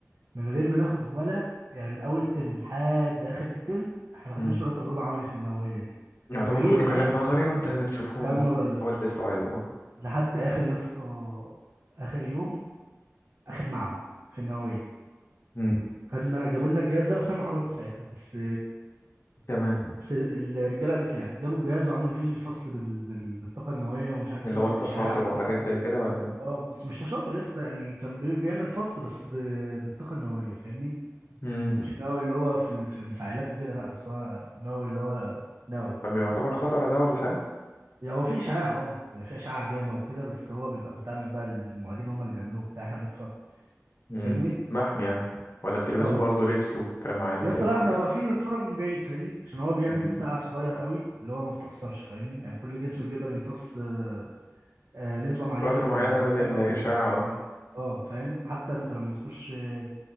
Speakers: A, on the right; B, on the left.
A: من غير ما ناخد ولا يعني من اول الترم لحد اخر الترم احنا ما
B: مم.
A: خدناش ولا تجربه عملي في النوويه دي
B: يعتبر
A: غير
B: كله كلام
A: آه
B: نظري وانت بتشوفه
A: كلام نظري بس
B: حاول تستوعبه بقى.
A: لحد اخر يا اسطى اخر يوم اخر معمل في النوويه
B: مم.
A: خدنا جابوا لنا الجهاز ده بس انا ما حضرتش ساعتها بس
B: تمام
A: بس الرجاله قالت لي يعني جابوا الجهاز وعملوا فيه فصل بال... بال... بالطاقه النوويه ومش عارف
B: اللي
A: ايه
B: هو
A: وبالاشعاع
B: التشاطر
A: وكده
B: وحاجات زي كده ولا ايه
A: اه بس مش شاطر يا اسطى يعني كان بي... بيعمل فصل بس ب... بالطاقه النوويه فاهمني
B: مم.
A: مش النووي اللي هو في ال- في المفاعلات وكده لا بس هو النووي اللي هو نووي
B: طب يعتبر خطر ده ولا حاجة
A: يعني هو في اشعاع اه يعني في اشعاع جاما وكده بس هو بيبقى بتعمل بقى المعيدين هم اللي بيعملوه بتاع احنا بنتفرج
B: مم.
A: فاهمني
B: محمي يعني ولا بتلبسه
A: اه
B: برضه لبس وكلام عالي
A: يا
B: زي
A: اسطى
B: ده
A: لا احنا واقفين بنتفرج من بعيد فاهمني عشان هو بيعمل
B: مم.
A: بتاع صغير قوي اللي هو ما بتأثرش فاهمني يعني كل جسم بيقدر يمتص آه، آه، نسبة معينة
B: قدر
A: من
B: معينة
A: من
B: من الإشاعة
A: جاما ومن ومن اه فاهم حتى انت لما بتخش آه،